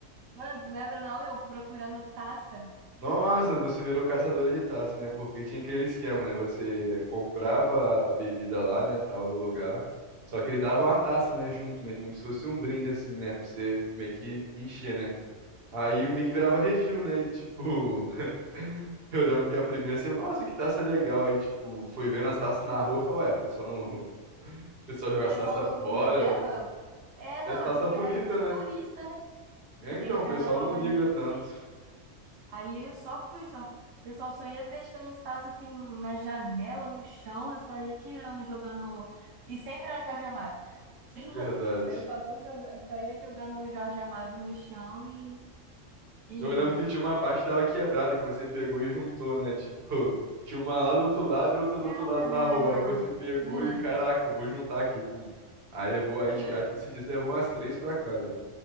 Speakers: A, on the right; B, on the right.
A: mano, tu lembra não? Eu procurando taça.
B: Nossa, você virou caçadora de taça, né? Porque tinha aquele esquema, né? Você comprava a bebida lá, né? Tal, no lugar. Só que eles davam a taça, né? Junto, né? Como se fosse um brinde, assim, né? Pra você meio que encher, né? Aí meio que virava refil, né? E tipo. <laughs> Eu lembro que a primeira você, nossa, que taça legal. Aí, tipo, foi vendo as taças na rua e falou, ué, o pessoal não. O pessoal joga
A: O
B: as
A: pessoal
B: taças
A: não,
B: fora.
A: não leva.
B: Não...
A: É, não,
B: Essa taça
A: é porque
B: bonita,
A: vai muito
B: né?
A: turista, né?
B: É,
A: Aquele
B: Então,
A: carnaval
B: o pessoal não
A: vai
B: liga
A: muito
B: tanto.
A: turista. Aí eu só fui, só. O pessoal só ia deixando as taças assim na janela, no chão, eu só ia tirando, jogando. E sempre era Jorge Amado. <laughs>
B: Verdade.
A: Eu só vou jogar, eu só ia jogando o Jorge Amado no chão e. e...
B: Eu lembro que tinha uma parte que tava quebrada que você pegou e juntou, né? Tipo, tinha uma lá do outro lado e outra do
A: Cara!
B: outro lado da rua. Aí você pegou
A: Não,
B: e, caraca, eu vou juntar aqui, pum. Aí levou, aí, te-
A: e eu,
B: aí esse dia você levou umas três pra casa.